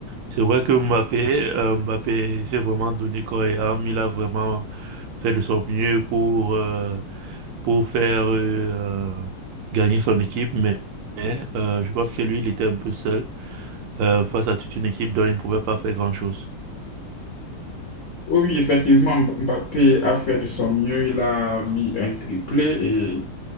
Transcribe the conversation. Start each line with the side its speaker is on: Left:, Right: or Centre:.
Right: C'est vrai que Mbappé, euh, Mbappé s'est vraiment donné corps et âme. Il a vraiment fait de son mieux pour, euh, pour faire euh, euh, gagner son équipe, mais, mais, euh, je pense que lui, il était un peu seul euh, face à toute une équipe dont il ne pouvait pas faire grand-chose.
Left: Oui, oui, effectivement, Mbappé a fait de son mieux. Il a mis un triplé et